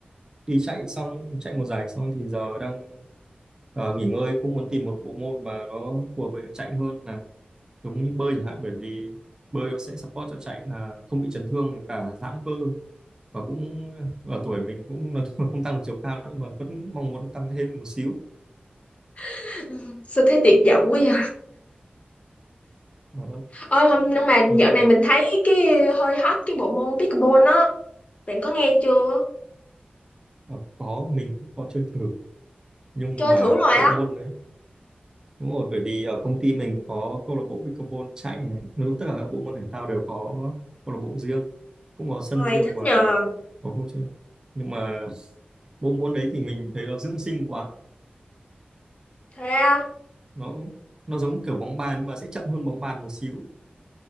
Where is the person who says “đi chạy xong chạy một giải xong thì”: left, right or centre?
Right